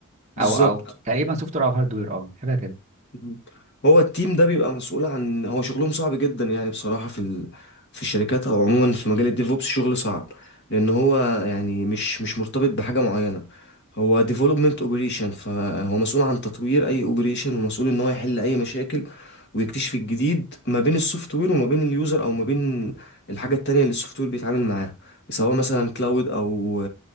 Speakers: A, on the left; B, on the right.
A: بالظبط
B: او او تقريبا سوفت وير او هاردوير اه حاجه كده
A: مم. هو التيم ده بيبقى مسؤول عن هو شغلهم صعب جدا يعني بصراحة في ال... في الشركات او عموما في مجال الديفوبس شغل صعب لان هو يعني مش مش مرتبط بحاجة معينة هو ديفلوبمنت اوبريشن فهو مسؤول عن تطوير اي اوبريشن ومسؤول ان هو يحل اي مشاكل ويكتشف الجديد ما بين السوفت وير وما بين اليوزر او ما بين الحاجة التانية اللي السوفت وير بيتعامل معاها سواء مثلا كلاود او